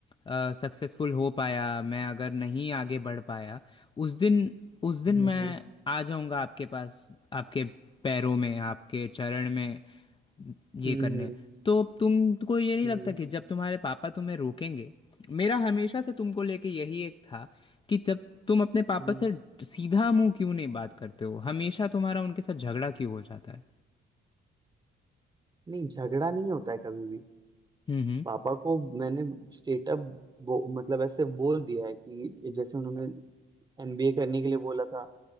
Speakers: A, on the left; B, on the right.
A: सक्सेसफुल हो पाया मैं अगर नहीं आगे बढ़ पाया उस दिन उस दिन
B: हम्म
A: मैं
B: हम्म हम्म
A: आ जाऊंगा आपके पास आपके पैरों में आपके चरण में ये
B: हम्म
A: करने
B: हम्म हम्म।
A: तो तुमको ये नहीं
B: हम्म,
A: लगता
B: हम्म,
A: कि जब तुम्हारे पापा तुम्हें रोकेंगे मेरा हमेशा से तुमको लेके यही एक था कि जब तुम अपने पापा
B: हम्म।
A: से सीधा मुंह क्यों नहीं बात करते हो हमेशा तुम्हारा उनके साथ झगड़ा क्यों हो जाता है
B: नहीं झगड़ा नहीं होता है कभी भी
A: हम्म
B: पापा को मैंने स्टेटअप मतलब ऐसे बोल दिया है कि जैसे उन्होंने एमबीए करने के लिए बोला था